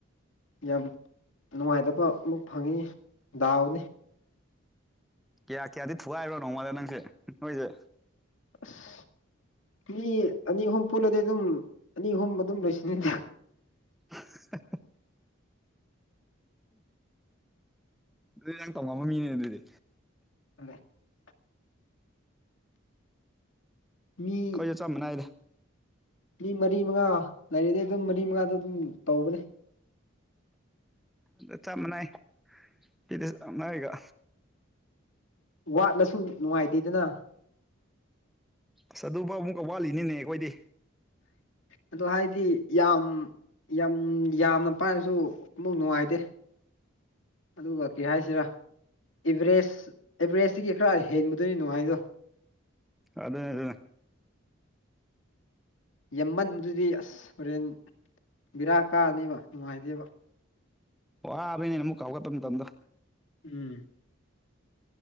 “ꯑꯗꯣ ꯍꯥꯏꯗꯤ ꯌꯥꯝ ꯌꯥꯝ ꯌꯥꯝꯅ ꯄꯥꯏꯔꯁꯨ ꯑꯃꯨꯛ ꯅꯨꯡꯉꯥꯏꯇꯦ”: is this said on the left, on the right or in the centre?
Left